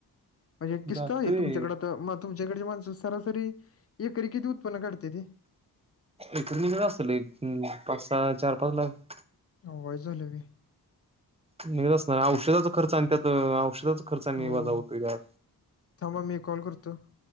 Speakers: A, on the left; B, on the right.
A: म्हणजे किस्त
B: जातंय
A: आहे तुमच्याकडे तर म- तुमच्याकडे माणस सरासरी एकरी किती उत्पन्न काढत्याती?
B: एकर निघत असल एक अं एक पाच सहा चार पाच लाख.
A: वायस झाली की.
B: निघत असणार. औषधाचा खर्च आणि त्यात आणि औषधं खर्च
A: हो
B: वजा होतोया.
A: थांबा मी कॉल करतो.